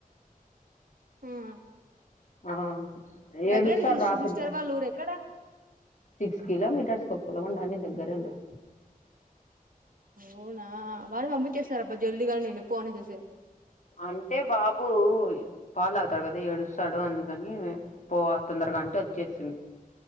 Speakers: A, on the right; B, on the left.
A: హమ్ ఆ
B: ఆ
A: దగ్గరే
B: ఏడుసాడ్
A: మీ
B: రాత్రికే
A: సిస్ సిస్టర్ వాళ్ళ ఊరు ఎక్కడ
B: సిక్స్ కిలోమీటర్స్ కొప్పుల కొండ అని దగ్గరే లే
A: అవునా వాళ్ళు పంపించేస్తున్నారు అబ్బా జల్దీగా నేను పోను అనేసేసి
B: అంటే బాబు పాలు తాగుతాడు కదా ఏడుస్తాడు అందుకని పో తొందరగా రంట వచ్చేసింది